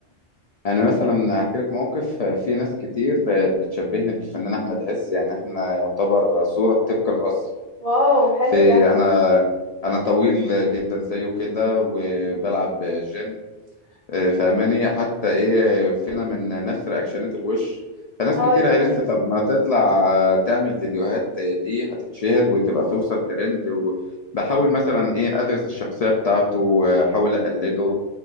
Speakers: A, on the left; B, on the right.
A: انا مثلا هحكي لك موقف آه، في ناس كتير آه، بتشبهني بالفنان احمد عز يعني احنا يعتبر صورة طبق الاصل
B: واو حلو
A: في
B: ده
A: انا انا طويل جدا زيه كده وبلعب
B: مم.
A: جيم آه، فاهماني حتى ايه فينا من نفس رياكشنات الوش فناس
B: اه
A: كتير
B: يعني
A: قالت لي طب ما تطلع آه، تعمل فيديوهات آه، ليه هتتشهر وتبقى توصل ترند وبحاول مثلا ايه ادرس الشخصية بتاعته آه، احاول اقلده